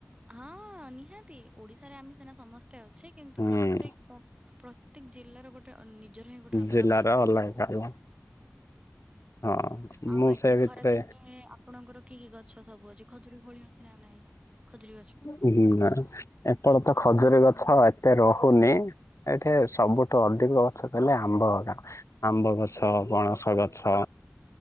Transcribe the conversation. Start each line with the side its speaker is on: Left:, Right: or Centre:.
Right: ହଁ ନିହାତି ଓଡିଶାରେ ଆମେ ସିନା ସମସ୍ତେ ଅଛେ। କିନ୍ତୁ
Left: ହୁଁ
Right: ପ୍ରତ୍ୟେକ ପ୍ରତ୍ୟେକ ଜିଲ୍ଲାର ଗୋଟେ ନିଜର ହିଁ ଗୋଟେ ଅଲଗା
Left: ଜିଲ୍ଲାର
Right: ପରିଚୟ
Left: ଅଲଗା
Right: ଥାଏ।
Left: ଅଲଗା ହଁ
Right: ଆଉ
Left: ମୁଁ
Right: ବାକି
Left: ସେ ଭିତରେ
Right: ଖରା ଦିନେ ଆପଣଙ୍କର କି କି ଗଛ ସବୁ ଅଛି ଖଜୁରୀ କୋଳି ଅଛି ନା ନାଇଁ? ଖଜୁରୀ ଗଛ
Left: ହୁଁ ଏପଳ ତ ଖଜୁରୀ ଗଛ ଏତେ ରହୁନି। ଏଠି ସବୁଠୁ ଅଧିକ ଗଛ ଦେଲେ ଆମ୍ବ ହଗା ଆମ୍ବ ଗଛ ପଣସ ଗଛ। ଆଛ